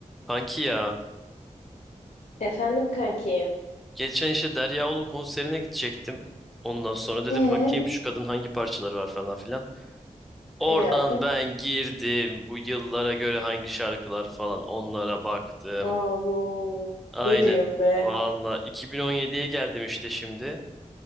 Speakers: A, in the centre; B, on the left.
A: Kanki ya.
B: Efendim kanki.
A: Geçen işte Derya Ulu konserine gidecektim. Ondan sonra dedim
B: Ee,
A: bakayım şu kadın hangi parçaları var falan filan. Oradan
B: E abi.
A: ben girdim. Bu yıllara göre hangi şarkılar falan onlara baktım.
B: Aa bu
A: Aynen.
B: ne diyorum be?
A: Valla 2017'ye geldim işte şimdi.